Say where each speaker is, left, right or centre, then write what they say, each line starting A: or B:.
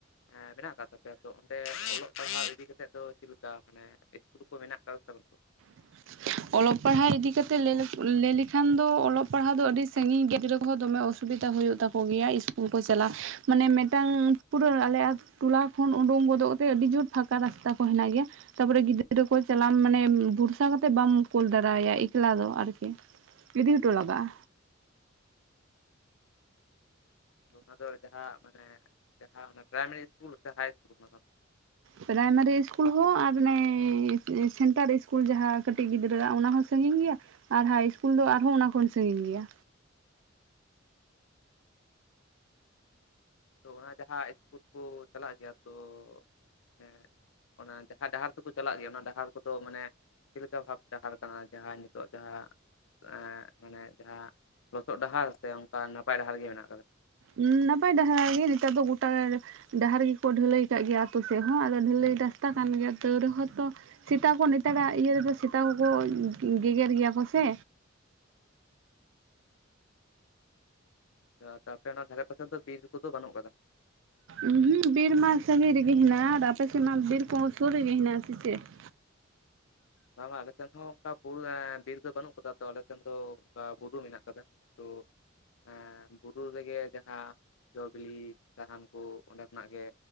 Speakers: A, on the left; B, on the right.
A: ᱮᱸ ᱢᱮᱱᱟᱜ ᱠᱟᱫ ᱛᱟᱯᱮᱭᱟ ᱛᱚ ᱚᱸᱰᱮ ᱚᱞᱚᱜ ᱯᱟᱲᱦᱟᱜ ᱤᱫᱤ ᱠᱟᱛᱮᱜ ᱫᱚ ᱪᱮᱫ ᱞᱮᱠᱟ ᱢᱟᱱᱮ ᱤᱥᱠᱩᱞ ᱠᱚ ᱢᱮᱱᱟᱜ ᱠᱟᱫᱟ ᱥᱮ ᱵᱟᱹᱱᱩᱜ ᱠᱟᱫᱟ?
B: <inaudible> ᱚᱞᱚᱜ ᱯᱟᱲᱦᱟᱣ ᱤᱫᱤ ᱠᱟᱛᱮᱜ ᱞᱟᱹᱭ ᱞᱮᱠᱟ, ᱞᱟᱹᱭ ᱞᱮᱠᱷᱟᱱ ᱫᱚ ᱚᱞᱚᱜ ᱯᱟᱲᱦᱟᱣ ᱫᱚ ᱟᱹᱰᱤ ᱥᱟᱹᱜᱤᱧ ᱜᱤᱫᱽᱟᱹ ᱠᱚᱦᱚ ᱫᱚᱢ ᱚᱥᱚ ᱥᱩᱵᱤᱫᱟ ᱦᱩᱭᱩᱜ ᱛᱟᱠᱚ ᱜᱮᱭᱟ ᱤᱥᱠᱩᱞ ᱠᱚ ᱪᱟᱞᱟᱜ, ᱢᱟᱱᱮ ᱢᱤᱫᱴᱟᱝ ᱯᱩᱨᱟᱹ ᱟᱞᱮᱭᱟᱜ ᱴᱚᱞᱟ ᱠᱷᱚᱱ ᱩᱰᱳᱝ ᱜᱚᱫᱚᱜ ᱨᱮ ᱟᱹᱰᱤ ᱡᱩᱨ ᱯᱷᱟᱸᱠᱟ ᱨᱟᱥᱛᱟ ᱠᱚ ᱦᱮᱱᱟᱜ ᱜᱮᱭᱟ, ᱛᱟᱯᱚᱨᱮ ᱜᱤᱫᱽᱨᱟᱹ ᱠᱚ ᱪᱟᱞᱟᱜ ᱢᱟᱱᱮ ᱵᱷᱩᱨ ᱥᱟ ᱠᱟᱛᱮᱜ ᱵᱟᱢ ᱠᱳᱞ ᱫᱟᱨᱮ ᱟᱭᱟ ᱮᱠᱞᱟ ᱫᱚ ᱟᱨᱠᱤ, ᱤᱫᱤ ᱦᱚᱴᱚ ᱞᱟᱜᱟᱜᱼᱟ᱾
A: ᱛᱚ ᱚᱱᱟ ᱫᱚ ᱡᱟᱦᱟᱸ ᱢᱟᱱᱮ ᱡᱟᱦᱟᱸ ᱚᱱᱟ ᱯᱨᱟᱭᱢᱟᱨᱤ ᱤᱥᱠᱩᱞ ᱥᱮ ᱦᱟᱭ ᱤᱥᱠᱩᱞ ᱚᱱᱟ ᱫᱚ?
B: ᱯᱨᱟᱭᱢᱟᱨᱤ ᱤᱥᱠᱩᱞ ᱦᱚᱸ ᱟᱨ ᱚᱱᱮ ᱥᱮᱱᱴᱟᱨ ᱤᱥᱠᱩᱞ ᱡᱟᱦᱟᱸ ᱠᱟᱹᱴᱤᱡ ᱜᱤᱫᱽᱨᱟᱹᱣᱟᱜ ᱚᱱᱟ ᱦᱚᱸ ᱥᱟᱹᱜᱤᱧ ᱜᱮᱭᱟ ᱟᱨ ᱦᱟᱭ ᱤᱥᱠᱩᱞ ᱫᱚ ᱟᱨᱦᱚᱸ ᱚᱱᱟ ᱠᱷᱚᱱ ᱥᱟᱹᱜᱤᱧ ᱜᱮᱭᱟ᱾
A: ᱛᱚ ᱚᱱᱟ ᱡᱟᱦᱟᱸ ᱤᱥᱠᱩᱞ ᱠᱚ ᱪᱟᱞᱟᱜ ᱜᱮᱭᱟ, ᱛᱚ ᱮᱸᱜ ᱚᱱᱟ ᱡᱟᱦᱟᱸ ᱰᱟᱦᱟᱨ ᱛᱮᱠᱚ ᱪᱟᱞᱟᱜ ᱜᱮᱭᱟ ᱚᱱᱟ ᱰᱟᱦᱟᱨ ᱠᱚᱫᱚ ᱢᱟᱱᱮ ᱪᱮᱫ ᱞᱮᱠᱟ ᱵᱷᱟᱵ ᱰᱟᱦᱟᱨ ᱠᱟᱱᱟ ᱡᱟᱦᱟᱸ ᱱᱤᱛᱚᱜ ᱡᱟᱦᱟᱸ ᱮᱸᱜ ᱢᱟᱱᱮ ᱡᱟᱦᱟᱸ ᱟᱸᱜ ᱞᱚᱥᱚᱫ ᱰᱟᱦᱟᱨ ᱥᱮ ᱚᱝᱠᱟ ᱱᱟᱯᱟᱭ ᱰᱟᱦᱟᱨ ᱜᱮ ᱢᱮᱱᱟᱜ ᱠᱟᱫᱟ?
B: ᱩᱸ ᱱᱟᱯᱟᱭ ᱰᱟᱦᱟᱨ ᱜᱮ ᱱᱮᱛᱟᱨ ᱫᱚ ᱜᱚᱴᱟ ᱰᱟᱦᱟᱨ ᱜᱮᱠᱚ ᱰᱷᱟᱹᱞᱟᱹᱭ ᱠᱟᱜ ᱜᱮᱭᱟ ᱟᱛᱳ ᱥᱮᱫ ᱦᱚᱸ, ᱟᱫᱚ ᱰᱷᱟᱹᱞᱟᱹᱭ ᱨᱟᱥᱛᱟ ᱠᱟᱱ ᱜᱮᱭᱟ ᱛᱟᱹᱣ ᱨᱮᱦᱚᱸ ᱛᱚ᱾ ᱥᱮᱛᱟ ᱠᱚ ᱱᱮᱛᱟᱨᱟᱜ ᱤᱭᱟᱹ ᱨᱮᱫᱚ ᱥᱮᱛᱟ ᱠᱚᱠᱚ ᱜᱮᱜᱮᱨ ᱜᱮᱭᱟ ᱠᱚ ᱥᱮ?
A: ᱟᱪᱪᱷᱟ ᱟᱯᱮ ᱚᱱᱟ ᱫᱷᱟᱨᱮ ᱯᱟᱥᱮ ᱫᱚ ᱵᱤᱨ ᱠᱚᱫᱚ ᱵᱟᱹᱱᱩᱜ ᱠᱟᱫᱟ?
B: ᱩᱸᱦᱩᱜ ᱵᱤᱨᱢᱟ ᱥᱟᱹᱜᱤᱧ ᱨᱮᱜᱮ ᱦᱮᱸᱱᱟᱜᱼᱟ, ᱟᱯᱮ ᱥᱮᱫ ᱢᱟ ᱵᱤᱨ ᱠᱚᱦᱚᱸ ᱥᱩᱨ ᱨᱮᱜᱮ ᱦᱮᱱᱟᱜᱼᱟ ᱥᱮ ᱪᱮᱫ?
A: ᱵᱟ ᱵᱟ ᱟᱞᱮ ᱥᱮᱱ ᱦᱚᱸ ᱚᱱᱠᱟ ᱵᱩᱨᱩ ᱮᱸ ᱵᱤᱨ ᱫᱚ ᱵᱟᱹᱱᱩᱜ ᱠᱟᱫᱟ, ᱛᱚ ᱟᱞᱮ ᱴᱷᱮᱱ ᱫᱚ ᱚᱱᱠᱟ ᱵᱩᱨᱩᱩ ᱢᱮᱱᱟᱜ ᱠᱟᱫᱟ᱾ ᱛᱚ ᱮᱸ ᱵᱩᱨᱩ ᱨᱮᱜᱮ ᱡᱟᱦᱟᱸ ᱡᱚ ᱵᱤᱞᱤ ᱥᱟᱦᱟᱱ ᱠᱚ ᱚᱸᱰᱮ ᱠᱷᱚᱱᱟᱜ ᱜᱮ